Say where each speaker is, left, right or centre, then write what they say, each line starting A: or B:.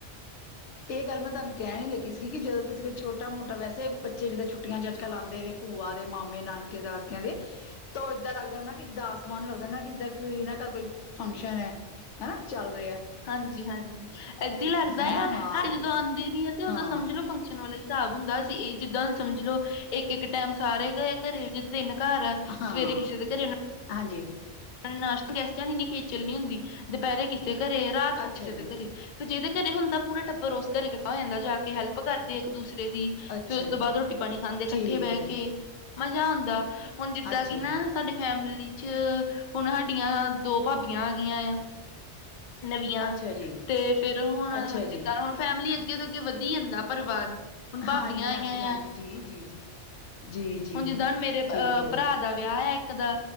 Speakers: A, on the left; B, on the left.
A: ਇਹ ਗੱਲ ਮੈਂ ਤੁਹਾਨੂੰ ਕਹਿਣੀ ਲੱਗੀ ਸੀਗੀ ਕਿ ਜਦੋਂ ਤੁਸੀਂ ਕੋਈ ਛੋਟਾ ਮੋਟਾ ਵੈਸੇ ਬੱਚੇ ਜਦੌ ਛੁੱਟੀਆਂ ਚ ਅੱਜ ਕੱਲ ਆਉਂਦੇ ਨੇ ਭੂਆ ਦੇ ਮਾਮੇ ਨਾਨਕੇ ਦਾਦਕਿਆਂ ਦੇ ਤ ਉਹ ਇੱਦਾਂ ਲੱਗਦਾ ਹ ਨਾ ਕਿ ਦਾਸ ਕਾਨ ਨੂੰ ਲੱਗਦਾ ਨਾ ਕਿੱਦਾਂ ਕਿਈ ਨਾ ਕੋਈ ਫੰਕਸ਼ਨ ਏ ਹੈਨਾ ਚੱਲ ਰਿਹਾ
B: ਹਾਂਜੀ -ਹਾਂਜੀ ਏਦਾਂ ਲੱਗਦਾ
A: ਹਨਾ
B: ਇਆ।
A: ਹਾਂ
B: ਹ ਜਦੋਂ ਆਉਂਦੇ ਵੀ ਏ ਤੇ ਉਦਾਂ
A: ਹਾਂ
B: ਸਮਝ ਲਓ ਫੰਕਸ਼ਨਾ ਹਿਸਾਬ ਹੁੰਦਾ ਸੀ ਇਹ ਜਿੱਦਾਂ ਸਮਝ ਲਓ ਇੱਕ ਇੱਕ ਟਾਈਮ ਸਾਰੇ ਗਏ ਘਰੇ ਜਦੋਂ ਤਿੰਨ ਘਰ ਆ।
A: ਹਾਂ
B: ਸਵੇਰੇ ਕਿਸੇ ਦੇ ਘਰੇ
A: ਹਾਂਜੀ
B: ਪਣ ਨਾਸ਼ਤੇ ਗੇਸਟਾ ਦੀ ਇਨੀ ਖੇਚਲ ਨੀ ਹੁੰਦੀ ਦੁਪਹਿਰੇ ਕਿਸੇ ਰਾਤ ਨੂੰ
A: ਅੱਛਾ
B: ਕਿਸੇ
A: ਜੀ
B: ਦੇ ਘਰੇ। ਤੇ ਜਿਹਦੇ ਘਰੇ ਹੁੰਦਾ ਪੂਰਾ ਟੱਬਰ ਉਸ ਘਰੇ ਕੱਠਾ ਹੋ ਜਾਂਦਾ। ਜਾ ਕੇ ਹੈਲਪ ਕਰਦੇ ਇੱਕ ਦੂਸਰੇ ਫੇਿਰ
A: ਅੱਛਾ
B: ਉਸ ਤੋਂ
A: ਜੀ
B: ਬਾਅਦ ਰੋਟੀ ਪਾਨੀ ਖਾਂਦੇ ਇਕੱਠੇ
A: ਠੀਕ
B: ਬਹਿ
A: ਹੈ
B: ਕੇ ਮਜ਼ਾ ਆਉਂਦਾ ਹੁਨ ਜਿੱਦਾਂ
A: ਅੱਛਾ
B: ਕਿ ਨਾ
A: ਜੀ
B: ਸਾਡੀ ਫੈਮਲੀ ਚ ਹੁਨ ਹਾਡੀਆਂ ਦੋ ਭਾਬੀਆਂ ਆ ਗਈਆਂ ਆ ਨਵੀਆਂ।
A: ਅੱਛਾ ਜੀ
B: ਤੇ ਫੇਰ ਹੁਣ
A: ਅੱਛਾ ਜੀ
B: ਜਿੱਦਾਂ ਹੁਣ ਫੈਮਿਲੀ ਅੱ ਅੱਗੇ ਵਧੀ ਜਾਂਦਾ ਪਰਿਵਾਰ ਹੁਣ ਭਾਬੀਆਂ
A: ਹਾਂਜੀ
B: ਆਈਆਂ
A: -ਹਾਂਜੀ -ਹਾਂਜੀ
B: ਆ
A: -ਜੀ -ਜੀ -ਜੀ ਜੀ ਜੀ
B: ਹੁਣ ਜਿੱਦਾ ਮੇਰੇ ਅ
A: ਠੀਕ ਹੈ ਜੀ
B: ਭਰਾ ਦਾ ਵਿਆਹ ਏ ਇੱਕ ਦਾ।